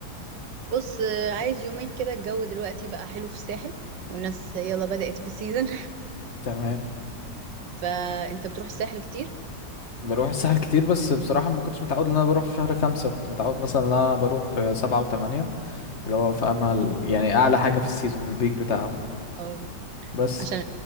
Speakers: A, on the right; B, on the left.
A: بص آه، عايز يومين كده الجو دلوقتي بقى حلو في الساحل والناس يلا بدأت في السيزون
B: تمام
A: <laughs> فانت بتروح الساحل كتير
B: بروح الساحل كتير بس بصراحة ما كنتش متعود ان انا بروح في شهر خمسة كنت متعود مثلا ان انا بروح في سبعة وثمانية اللي هو في امل يعني اعلى حاجة في السيزون البيك بتاعه
A: اه
B: بس
A: عشان